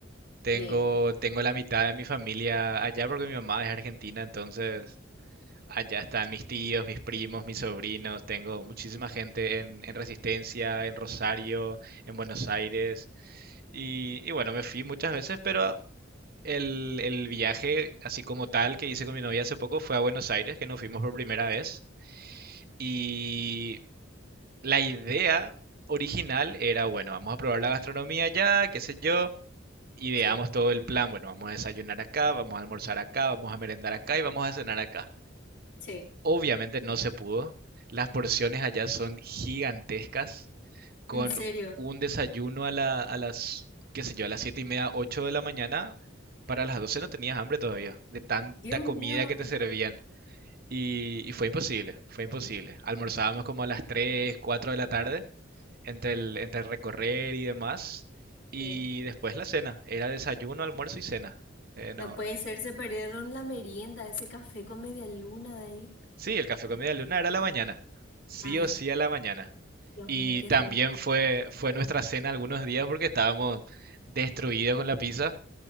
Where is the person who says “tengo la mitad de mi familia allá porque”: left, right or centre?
Right